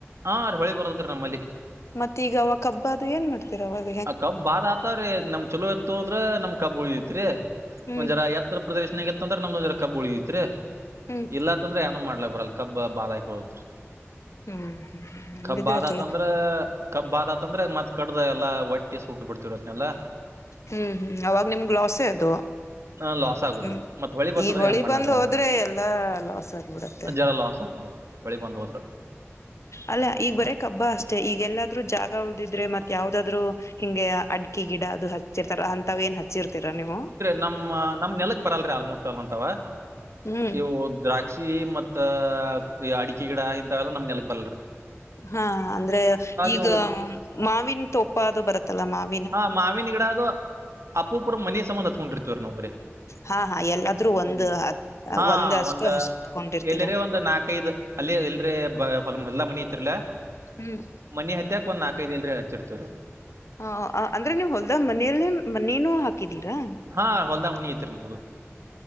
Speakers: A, on the right; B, on the left.
A: ಹಾಂ ರೀ ಹೊಳಿ ಬದ ರೀ ನಮ್ಮಲ್ಲಿ
B: ಮತ್ತೆ ಈಗ ಅವ ಕಬ್ಬ ಅದು ಏನ್ ಮಾಡ್ತೆ -ರವಾಗ
A: ಆ ಕಬ್ ಬಾದ್ ಆತವ್ರೀ ನಮ್ ಚಲೋ ಎತ್ತು ಅಂದ್ರ ನಮ್ ಕಬ್ ಉಳಿದತ್ರಿ
B: ಹ್ಮ್
A: ಒಂದ್ ಜರ ಎತ್ ಎತ್ರ ಪ್ರದರ್ಶನ ಆಗತ್ತ ಅಂದ್ರ ನಮ್ದೊಂದ ರ ಕಬ್ಬ ಉಳಿ ಐತ್ರಿ
B: ಹ್ಮ್ ಹ್ಮ್
A: ಇಲ್ಲಾತ್ತಂದ್ರೆ ಏನ ಮಾಡ್ಲಕ್ ಬರಲ್ಲ ಕಬ್ ಬಾದ ಹೋೋಗತ್ರಿ
B: ಹ್ಮ್ ಹಂಗಿದ್ರೆ
A: ಕಬ್ಬಾದತ್
B: ಚಲೋ
A: ಅಂದ್ರ ಕಬ್ಬಾದಾತಂದ್ರೆ ಮತ್ ಕಡ್ದ ಎಲ್ಲಾ ಒಟ್ಟಿ ಸೂಟ್ಟ ಬಿಡ್ತಿರರೇಲ್ಲ
B: ಹ್ಮ್ ಹ್ಮ್ ಅವಾಗ ನಿಮ್ಗ್ ಲಾಸೆ ಅದು
A: ಹ ಲಾ
B: ಹ್ಮ್
A: ದ್ರಿ ಮತ್ತ ಹೊಳಿ ಬತ್ತಂದ್ರೆ
B: ಈಗ
A: ಏನ್ ಮಾಡ್ಲರಲ್ರ
B: ಬಂದ್ ಹೋದ್ರೆ ಎಲ್ಲಾ ಲಾಸ್ ಆಗ್ಬಿಡತ್ತೆ
A: ಜರಲ್ಲ ಆ ನಮಗೆ ಮಳಿ ಬಂದು ಹೋದ್ರು
B: ಅಲ್ಲ ಈಗ ಬರೇ ಕಬ್ಬ ಅಷ್ಟೇ ಈಗ ಎಲ್ಲಾದ್ರೂ ಜಾಗ ಉಳಿದಿದ್ರೆ ಮತ್ ಯಾವ್ದಾದ್ರು ಹಿಂಗೆ ಅಡ್ಕೆ ಗಿಡ ಅದು ಹಚ್ಚಿರ್ತಾರ ಅಂತವ ಏನ್ ಹಚ್ಚಿರ್ತೀರ ನೀವು
A: ನಮ್ ನಮ್ ನೆಲಕ್ ಬರಲ್ರಿ ಆಲ್ಮೋಸ್ಟ್ ಅಲ್ಂತಾವ
B: ಹ್ಮ್
A: ಇವು ದ್ರಾಕ್ಷಿ ಮತ್ತ ಅಡಿಕೆ ಗಿಡ ಇಂಥವೆಲ್ಲಾ ನಮ್ ನೆಲಕ್ ಬರಲ್ರಿ
B: ಹಾ ಅಂದ್ರೆ ಈಗ
A: ಇವು
B: ಮಾವಿನ ತೋಪ್ಪ ಅದು ಬರುತ್ತಲ್ಲ ಮಾವ
A: ಹಾ ಮಾವಿನ ಗಿಡದು ಅಪ್ಪುಪರ ಮನಿ ಸಂಬಂಧ ಹತ್ಕೊಂಡಿರ್ತಿವ್ರ ನಾವು ಬರೇ
B: ಹಾ ಹಾ ಎಲ್ಲಾದ್ರೂ ಒಂದು
A: ಹ್ಮ್ ಹಾ
B: ಒಂದಷ್ಟು
A: ಒಂದು
B: ಹಚ್ಕೊಂಡಿರ್ತೀರಾ
A: ಎಲ್ಲೇರೆ ಒಂದು ನಾಕೈದು ಅಲ್ಲಿ ಎಲ್ರರಿ ಬ ಹೊ ಹೊಲ್ಲಾ ಮನಿ ಇತ್ತರ್ಲಾ
B: ಹ್ಮ್
A: ಮನಿ ಹತ್ತಕ್ ಒಂದ್ ನಾಕೈದು ಎಲ್ರರಿ ಹಚ್ಚಿರ್ತರಿ
B: ಹ ಅಂದ್ರೆ ನೀವು ಹೊಲ್ದ ಮನೆಯಲ್ಲೇ ಮನೇನು ಹಾಕಿದ್ದೀರಾ
A: ಹಾ ಹೊಲ್ದ ಮುನಿ ಐತ್ರಿ ನಮ್ದು ದು